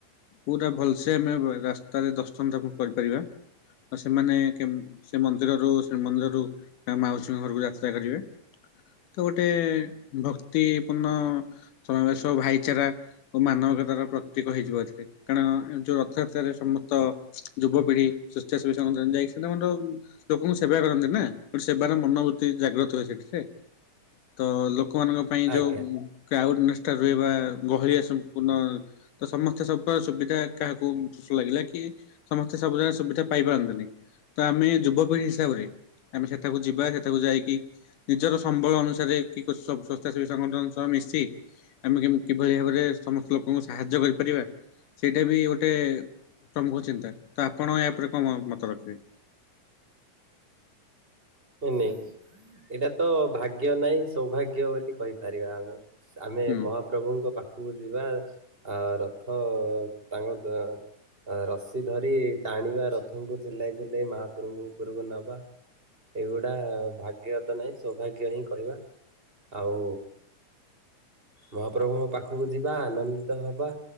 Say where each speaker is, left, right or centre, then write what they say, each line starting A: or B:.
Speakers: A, on the left; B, on the right.
A: ପୁରା ଭଲସେ ଆମେ ରାସ୍ତାରେ ଦର୍ଶନ ଆମେ କରିପାରିବା ଆ ସେମାନେ ସେ ମନ୍ଦିରରୁ ଶ୍ରୀମନ୍ଦିରରୁ ମାଉସୀ ଘରକୁ ଯାତ୍ରା କରିବେ। ତ ଗୋଟେ ଭକ୍ତିପୂର୍ଣ୍ଣ ସମାବେଶ ଭାଇଚାରା ଓ ମାନବ। ପ୍ରତୀକ ହେଇଯିବ। ଏଥିରେ କାରଣ ଏ ଯୋଉ ରଥଯାତ୍ରାରେ ସମସ୍ତ ଯୁବପିଢି ସ୍ଵେଚ୍ଛାସେବି - ଯାଇକି ସେରା ଲୋକଙ୍କୁ ସେବା କରନ୍ତି ନା ଗୋଟେ ସେବାରେ ମନବ୍ରୁତି ଜାଗ୍ରତ ହୋଇଯାଏ। ତ ଲୋକମାନଙ୍କ ପାଇଁ
B: ଆଜ୍ଞା।
A: ଯୋଉ ଆୱାରନେସ - ସେଟା ରହିବା ଗହଳିଆ ସମ୍ପୂର୍ଣ୍ଣ ତ ସମସ୍ତେ ସ ସୁବିଧା କାହାକୁ ସୁଶ ଲାଗିଲା କି- ସମସ୍ତେ ସବୁ ଯାକ ସୁବିଧା ପାଇପାରନ୍ତିନି। ତ ଆମେ ଯୁବପିଢି ହିସାବରେ ଆମେ ସେଠାକୁ ଯିବା ସେଠାକୁ ଯାଇକି ନିଜର ସମ୍ବଳ ଅନୁସାରେ କି କୋ ସବ୍ ସ୍ଵେଛାସେବୀ ସଂଗଠନ ସହ ମିଶି ଆମେ କେମିତି କିଭଳି ଭାବରେ ସମସ୍ତ ଲୋକଙ୍କୁ ସାହାଯ୍ୟ କରିପାରିବା। ସେଇଟା ବି ଗୋଟେ ପ୍ରମୁଖ ଚିନ୍ତା ତ ଆପଣ ୟା ଉପରେ କଣ କଣ ମତ ରଖିବେ?
B: ନା ନାଇଁ ଏଇଟା ତ ଭାଗ୍ୟ ନାଇଁ ସୌଭାଗ୍ୟ ବୋଲି କହିପାରିବା ଆମେ। ଆମେ
A: ହୁଁ।
B: ମହାପ୍ରଭୁଙ୍କ ପା ଖକୁ ଯିବା ଆ ରଥ ତାଙ୍କ ଦ ରଶି ଧରି ଟାଣିବା ରଥଙ୍କୁ ଝୁଲେଇ ଝୁଲେଇ ମହାପ୍ରଭୁଙ୍କ ଉପରକୁ ନବା। ଏଗୁଡା ଭାଗ୍ୟ ତ ନାଇଁ ସୌଭାଗ୍ୟ ହିଁ କହିବା। ଆଉ ମହାପ୍ରଭୁଙ୍କ ପାଖକୁ ଯିବା ଆନନ୍ଦିତ ହବା।